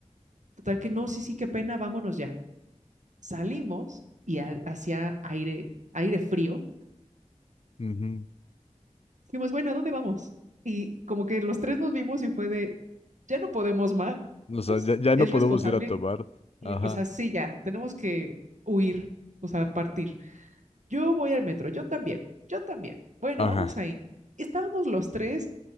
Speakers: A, on the right; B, on the left.
A: Total que no, sí, sí, qué pena, vámonos ya. Salimos y ha- hacía aire, aire frío
B: ujú.
A: Dijimos, bueno, ¿a dónde vamos? Y como que los tres nos vimos y fue de, ya no podemos más,
B: O sea, ya, ya
A: es
B: no podemos
A: responsable,
B: ir a tomar.
A: y,
B: Ajá,
A: o sea, sí, ya, tenemos que huir, o sea, partir. Yo voy al metro, yo también, yo también. Bueno,
B: ajá.
A: vamos ahí. Y Estábamos los tres